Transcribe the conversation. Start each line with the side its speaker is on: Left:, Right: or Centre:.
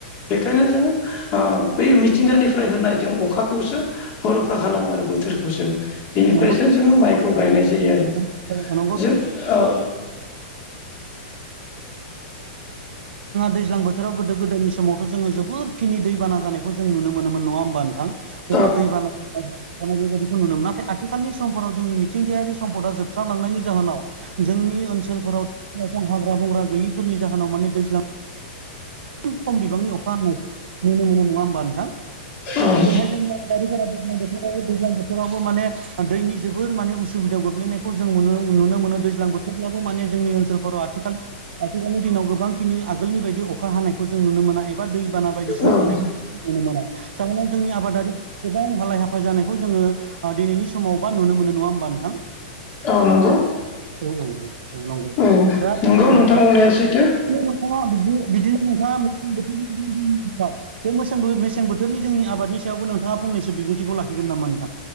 Left: बेखायनो जोङो ओ बै मिथिंगानिफ्राय होनाय जों अखा खौसो भर'खा खालामो आरो बोथोरखौसो बेनिफ्रायसो
Right: <inaudible> <unintelligible>
Left: जोङो माइखौ गायनाय जायो आरो
Right: जोंहा
Left: जों ओ
Right: दैज्लां बोथोराव गोदो गोदायनि समावथ' जोङो जोबोदखिनि दैबाना जानायखौ जों नुनो मोन नङा होमबा नोंथां
Left: औ
Right: जोबोर दै बाना जानाय बेबायदिखौ नुनो मोनो नाथाय आ आथिखालनि समफोराव जोंनि मिथिंगायारि सम्पदा जोबस्रांलांनायनि जाहोनाव जोंनि ओनसोलफोराव बिफां लाइफां हाग्रा बंग्रा गैयिफोरनि जाहोनाव माने दैज्लां खम बिबांनि अखा हानाय नुनो मोनो नङा होमबा नोंथां
Left: औ
Right: बेवहाय जोङो आबादारिफोरा दैज्लां बोथोरावबो दैज्लां बोथोरावबो माने दैनि जोबोर माने उसुबिदायाव गोग्लैनायखौ जों नुनो मोनो दैज्लां बोथोरब्लाबो माने जोंनि ओनसोलफोराव आथिखाल आथिखालनि दिनाव गोबांखिनि आगोलनि बायदि अखा अखा हानायखौ जों नुनो मोना एबा दैबाना बायदिसिना
Left: औ औ
Right: जानायखौ जों नुनो मोना जाहोनाव जोंनि आबादारि गोबां हालाय हाफाय जानायखौ जोङो ओ दिनैनि समाव बा नुनो मोनो नङा होमबा नोंथां
Left: औ नंगौ
Right: औ नंगौ
Left: औ नंगौ
Right: <unintelligible>
Left: नोंथां बुंनाया सैथो
Right: नोंथाङा बिदि बिदिनो नोंथाङा <unintelligible> बे मेसे मेसें बोथोरनि जोंनि आबादनि सायावबो नोंथाङा फंनैसो बिबुंथिखौ लाखिगोन नामा नोंथां